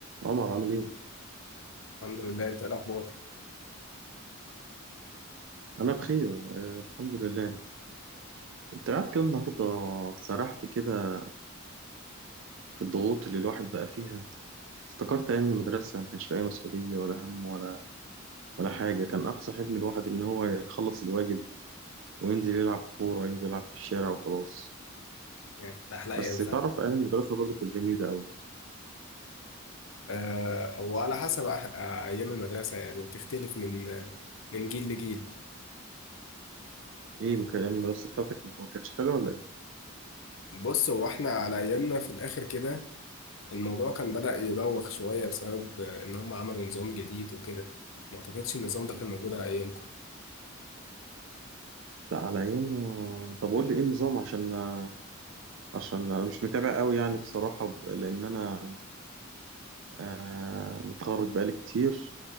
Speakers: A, on the right; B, on the left.
A: عمر عامل ايه؟
B: الحمد لله انت ايه الاخبار
A: أنا بخير آه الحمد لله كنت قاعد كده النهاردة سرحت كده في الضغوط اللي الواحد بقى فيها افتكرت أيام المدرسة ما كانش فيها أي مسؤولية ولا هم ولا ولا حاجة كان أقصى حلم الواحد إن هو يخلص الواجب وينزل يلعب كورة ينزل يلعب في الشارع وخلاص
B: يعني كانت احلى ايام
A: بس تعرف
B: فعلا
A: أيام المدرسة برضه كانت جميلة أوي
B: أه وعلى حسب أح آه، ايام المدرسه يعني بتختلف من من جيل لجيل
A: إيه مك- أيام المدرسة بتاعتك ما كانتش حلوة ولا إيه؟
B: بص هو احنا على ايامنا في الاخر كده الموضوع كان بدأ يبوخ شويه بسبب آه، ان هم عملوا نظام جديد وكده ما اعتقدش النظام ده كان موجود على ايامكم
A: لا على أيامنا طب قول لي إيه النظام عشان آه، عشان أنا مش متابع أوي يعني بصراحة ب- لأن أنا آه متخرج بقالي كتير